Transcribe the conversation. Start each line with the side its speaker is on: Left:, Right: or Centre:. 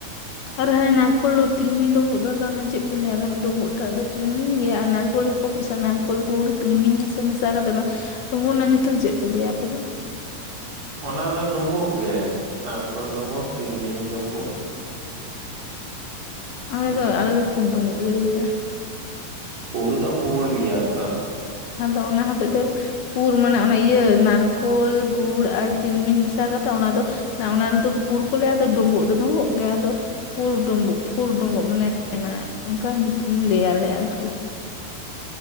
Left: ᱟᱨ ᱦᱟᱱᱮ ᱱᱟᱨᱠᱳᱞ ᱛᱤᱞᱢᱤᱧ ᱰᱩᱸᱵᱩᱜ ᱫᱚ ᱟᱫᱚ ᱪᱮᱫ ᱯᱮ ᱞᱟᱹᱭᱟ ᱚᱱᱟ ᱰᱩᱸᱵᱩᱜ ᱴᱟᱜ ᱫᱚ ᱛᱤᱞᱢᱤᱧ ᱜᱮ ᱟᱨ ᱱᱟᱨᱠᱳᱞᱼᱼ ᱠᱚ ᱢᱮᱥᱟ ᱱᱟᱨᱠᱳᱞ ᱜᱩᱲ ᱛᱤᱞᱢᱤᱧ ᱦᱮᱸᱥᱮ ᱢᱮᱥᱟ ᱠᱟᱛᱮᱫ ᱚᱱᱟ ᱰᱩᱸᱵᱩᱜ ᱨᱮᱱᱟᱜ ᱧᱩᱛᱩᱢ ᱪᱮᱫ ᱯᱮ ᱞᱟᱹᱭᱟ ᱟᱯᱮ ᱫᱚ?
Right: ᱚᱱᱟ ᱫᱚ ᱰᱩᱸᱵᱩᱜ ᱜᱮ ᱱᱟᱲᱠᱳᱞ ᱰᱩᱸᱵᱩᱜ ᱛᱤᱞᱢᱤᱧ ᱰᱩᱸᱵᱩᱜ ᱾
Left: ᱟᱞᱮ
Right: ᱚᱱᱠᱟ
Left: ᱫᱚ ᱟᱞᱮ
Right: ᱜᱮ
Left: ᱫᱚ ᱯᱷᱩᱰ ᱵᱩᱸᱵᱩᱜ ᱞᱮ ᱞᱟᱹᱭᱟ ᱾
Right: ᱯᱩᱸᱲ ᱫᱚ ᱯᱩᱸᱲ ᱜᱮᱭᱟ ᱛᱚ ᱾
Left: ᱟᱫᱚ ᱚᱱᱟ ᱦᱚᱛᱮᱡ ᱛᱮᱼᱼ ᱯᱩᱨ ᱢᱟᱱᱮ ᱚᱱᱟ ᱤᱭᱟᱹ ᱱᱟᱨᱠᱳᱞ ᱜᱩᱲ ᱟᱨ ᱛᱤᱞᱢᱤᱧ ᱢᱮᱥᱟ ᱠᱟᱛᱮ ᱚᱱᱟ ᱫᱚᱼᱼ ᱚᱱᱟ ᱨᱮᱫᱚ ᱯᱩᱨ ᱠᱚ ᱞᱟᱹᱭᱟ ᱟᱫᱚ ᱰᱩᱸᱵᱩᱜ ᱫᱚ ᱰᱩᱸᱵᱩᱜ ᱜᱮ ᱟᱫᱚᱼᱼ ᱯᱷᱩᱨ ᱰᱩᱸᱵᱩᱜ ᱯᱷᱩᱨ ᱰᱩᱸᱵᱩᱜ ᱢᱟᱱᱮ <unintelligible> ᱚᱱᱠᱟ ᱧᱩᱛᱩᱢ ᱞᱟᱹᱭ ᱟᱞᱮ ᱟᱨᱠᱤ ᱾